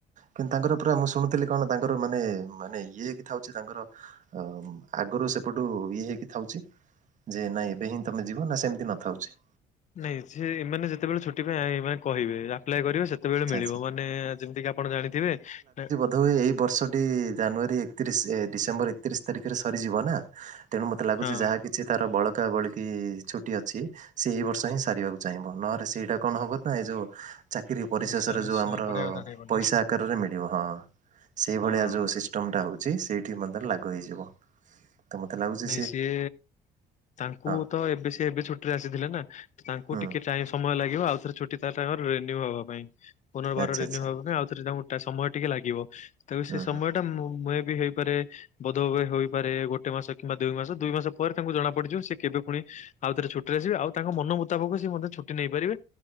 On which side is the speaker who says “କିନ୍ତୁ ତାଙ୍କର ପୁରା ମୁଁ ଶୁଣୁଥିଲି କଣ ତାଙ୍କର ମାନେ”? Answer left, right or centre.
Right